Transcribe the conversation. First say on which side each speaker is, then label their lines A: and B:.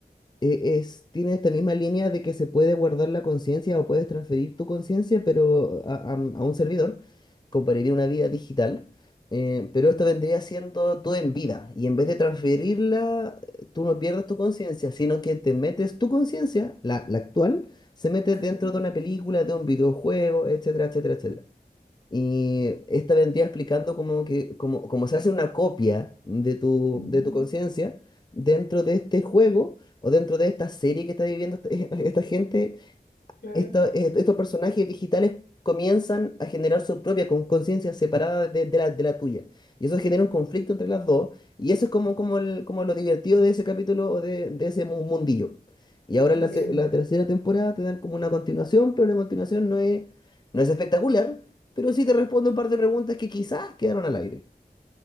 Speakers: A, on the left; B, on the left.
A: e- es, tiene esta misma línea de que se puede guardar la conciencia o puedes transferir tu conciencia, pero a, a- a un servidor, compararía una vida digital, eh, pero esto vendría siendo tú en vida, y en vez de transferirla, tú no pierdes tu conciencia, sino que te metes tu conciencia, la, la actual, se mete
B: ajá,
A: dentro de una película, de un videojuego, etcétera, etcétera, etcétera. Y esta vendría explicando cómo, que, cómo, cómo se hace una copia de tu,
B: ujú,
A: de tu conciencia dentro de este juego o dentro de esta serie que está viviendo esta, <laughs> esta gente
B: claro,
A: esta- eh, estos personajes digitales comienzan a generar su propia con- conciencia separada de, de la, de la tuya. Y eso genera un conflicto entre las dos. Y eso es como, como, el- como lo divertido de ese capítulo o de, de ese mu- mundillo. Y ahora
B: ya,
A: en la, se- la tercera temporada te dan como una continuación, pero la continuación no es, no es espectacular, pero sí te responde un par de preguntas que quizás quedaron al aire.